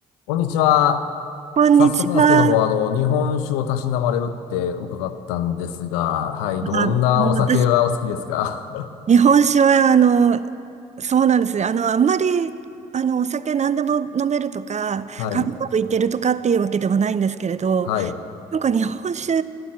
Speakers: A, on the left; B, on the right.
A: こんにちは。
B: こんにちは。
A: 早速なんですけども、あの、日本酒をたしなまれるって伺ったんですが、はい、どんなお酒がお好きですか
B: あ、もう私、日本酒は、あの、そうなんですね。あの、あんまり、あの、お酒何でも飲めるとか、
A: <laughs> はい、
B: カクカといけるとかっていうわけではないんですけれど、
A: はい、
B: なんか日本酒